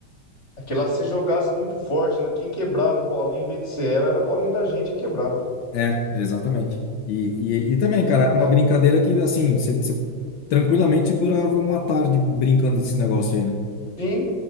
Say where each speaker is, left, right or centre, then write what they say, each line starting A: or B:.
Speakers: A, on the left; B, on the left.
A: aquela lá, se você jogasse muito forte, né? quem quebrava a bolinha em vez de ser ela, era a bolinha da gente que quebrava.
B: É, exatamente. E, e, e também,
A: <laughs>
B: cara, era uma brincadeira que, assim, você, você tranquilamente durava uma tarde brincando desse negócio aí, né?
A: Sim,